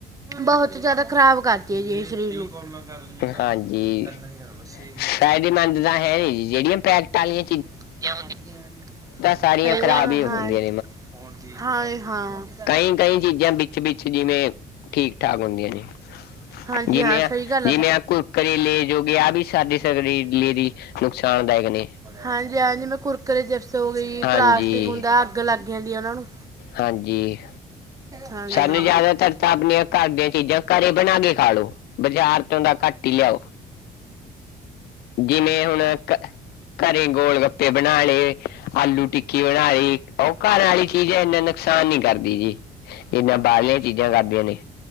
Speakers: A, on the right; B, on the left.
A: ਬਹੁਤ ਜਿਆਦਾ ਖ਼ਰਾਬ ਕਰਦੀ ਹੈ ਜੀ ਸਰੀਰ ਨੂੰ। ਕੋਲਾ ਕਰੀਆਂ ਤਾਂ
B: ਹਾਂਜੀ
A: ਤਿੰਨ ਹਜ਼ਾਰ ਵ ਛੇ ਹਜ਼ਾਰ
B: ਫਾਇਦੇਮੰਦ ਤਾਂ ਹੈ ਨਹੀਂ ਜੀ ਜਿਹੜੀਆਂ ਪੈਕਟ ਆਲੀ
A: ਹਾਂ
B: ਸਾਰੀਆਂ ਖ਼ਰਾਬ
A: -ਹਾਂ।
B: ਹੀ ਹੁੰਦੀਆਂ ਕਈ-ਕਈ ਚੀਜ਼ਾਂ ਵਿੱਚ-ਵਿੱਚ ਜਿਵੇਂ ਠੀਕ ਠਾਕ ਹੁੰਦੀਆਂ ਨੇ।
A: ਹਾਂਜੀ
B: ਜਿਵੇਂ
A: ਹਾਂ ਸਹੀ ਗੱਲ
B: ਜਿਵੇਂ ਆ ਕੁਰਕਰੇ, ਲੇਜ ਹੋ ਗਏ, ਆਹ ਵੀ ਸਾਡੇ ਸਰਰੀਰ ਲੀਰੀ ਨੁਕਸਾਨਦਾਇਕ ਨੇ
A: ਹਾਂਜੀ-ਹਾਂਜੀ, ਮੈਂ ਕੁਰਕਰੇ, ਜਿਪਸ ਹੋ ਗਈ,
B: ਹਾਂਜੀ
A: ਪਲਾਸਟਿਕ ਹੁੰਦਾ, ਅੱਗ ਲੱਗ ਜਾਂਦੀ ਆ ਉਹਨਾਂ ਨੂੰ।
B: ਹਾਂਜੀ।
A: ਹਾਂਜੀ
B: ਸਾਨੂੰ
A: ਹਾਂ
B: ਜਿਆਦਾਤਰ ਤਾਂ ਆਪਣੀਆਂ ਘਰ ਦੀਆਂ ਚੀਜ਼ਾਂ ਘਰੇ ਬਣਾ ਕੇ ਖਾਲੋ, ਬਾਜ਼ਾਰ ਤੋਂ ਦ ਘੱਟ ਹੀ ਲਿਆਓ, ਜਿਵੇਂ ਹੁਣ ਕ ਘਰੇ ਗੋਲ ਗੱਪੇ ਬਣਾ ਲਏ, ਆਲੂ ਟਿੱਕੀ ਬਣਾਈ, ਉਹ ਘਰ ਆਲੀ ਚੀਜ਼ਾਂ ਇੰਨਾ ਨੁਕਸਾਨ ਨੀ ਕਰਦੀ ਜੀ, ਜਿੱਦਾਂ ਬਾਹਰਲੀਆਂ ਚੀਜ਼ਾਂ ਕਰਦੀਆਂ ਨੇ।